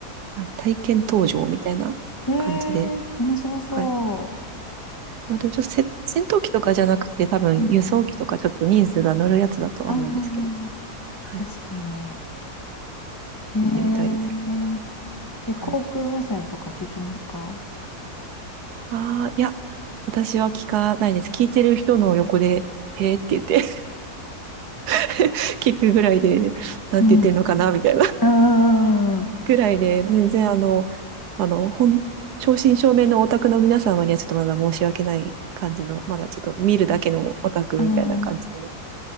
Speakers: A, on the right (about 85°); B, on the left (about 15°).
A: はい。体験搭乗みたいな感じで。
B: えー、面白そ
A: はい。まあ、でもちょっとせ戦闘機とかじゃなくて、多分輸送機とかちょっと人数が乗るやつだとは思うんですけど。
B: う。うん。ああ、
A: はい。
B: 確かに。
A: 行っ
B: えー、
A: てみたいですけど。
B: え、航空無線とか聞きますか
A: はい。ああ、いや、私は聞かないです。聞いてる人の横で、へーって言って <laughs> 聞くぐらいで、なんて言ってんのかな、
B: うん。
A: みたいな
B: うんうん
A: ぐらいで、全然あの、あの、本、正真正銘のオタクの皆様にはちょっとまだ申し訳ない感じの、まだちょっと見るだけのオタクみたいな感じなんです。
B: うんうん。